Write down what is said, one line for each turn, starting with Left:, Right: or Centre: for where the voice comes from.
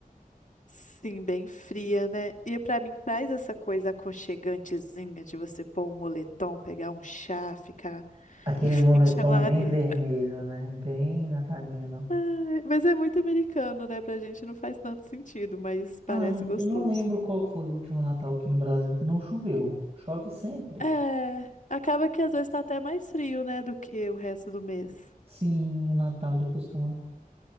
Left: sim, bem fria, né? E pra mim traz essa coisa aconchegantezinha de você pôr um moletom, pegar um chá, ficar <laughs>
Right: Aquele
Left: em frente
Right: moletom
Left: à lareira.
Right: bem vermelho, né? Bem natalino.
Left: Ai, mas é muito americano, né? Pra gente não faz tanto sentido, mas
Right: Ah,
Left: parece gostoso.
Right: eu não lembro qual que foi o último Natal aqui no Brasil que não choveu. Chove sempre.
Left: É, acaba que às vezes tá até mais frio, né, do que o resto do mês.
Right: Sim, o Natal ele costuma